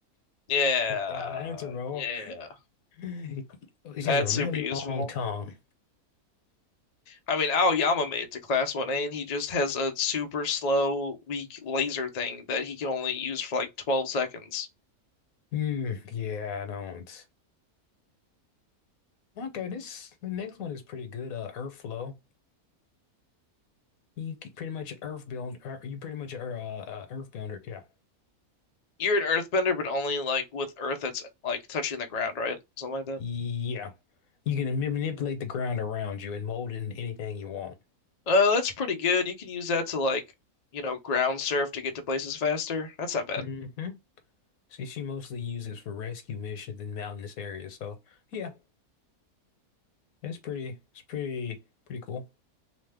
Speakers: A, on the left; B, on the left.
A: Yeah,
B: Yeah, answer, bro.
A: yeah,
B: It's
A: that's
B: just a really
A: super useful.
B: long tongue.
A: I mean, Aoyama made it to Class 1A, and he just has a super slow, weak laser thing that he can only use for like 12 seconds.
B: Hmm. yeah, I don't. Okay, this the next one is pretty good. Uh, Earth Flow. You c- pretty much Earth build. er, You pretty much are uh, uh, Earth builder. Yeah,
A: You're an earthbender, but only like with earth that's like touching the ground, right? Something like that.
B: yeah. You can manipulate the ground around you and mold it into anything you want.
A: Uh, that's pretty good. You can use that to like, you know, ground surf to get to places faster. That's not bad.
B: hmm She she mostly uses for rescue missions in mountainous areas. So yeah, it's pretty it's pretty pretty cool.